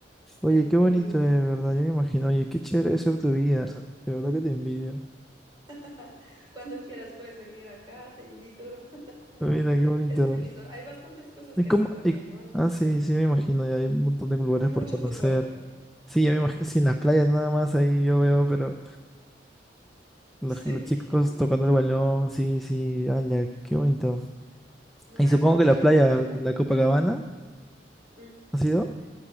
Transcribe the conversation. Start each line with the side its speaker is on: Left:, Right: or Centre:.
Centre: Oye,
Right: es muy
Centre: qué bonito,
Right: lindo.
Centre: de verdad. Yo me imagino, oye, qué chévere es ser tu vida. De verdad que te envidio.
Right: <laughs> Cuando quieras puedes venir acá, te invito. <laughs>
Centre: Mira, qué bonito.
Right: Es muy lindo. Hay bastantes cosas
Centre: ¿Y
Right: que
Centre: cómo?
Right: hacer también,
Centre: y-
Right: ¿no? Entonces,
Centre: ah, sí, sí, me imagino, ya hay un montón de lugares
Right: y mucho
Centre: por conocer.
Right: fútbol.
Centre: Sí, ya me imagino, sí, en las playas nada más ahí yo veo, pero los,
Right: Sí.
Centre: los chicos
Right: <laughs>
Centre: tocando el balón, sí, sí, ala, qué bonito.
Right: No,
Centre: Y
Right: aquí
Centre: supongo
Right: lo que
Centre: que la
Right: quieras
Centre: playa,
Right: de fútbol.
Centre: la Copacabana,
Right: Mm.
Centre: ¿ha sido?